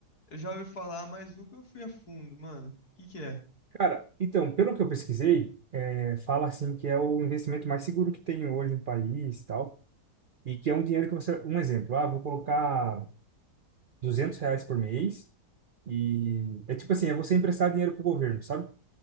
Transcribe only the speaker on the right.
Cara, então, pelo que eu pesquisei, é, fala assim que é o investimento mais seguro que tem hoje no país e tal, e que é um dinheiro que você, um exemplo, ah, vou colocar 200 reais por mês. E é tipo assim, é você emprestar dinheiro pro governo, sabe?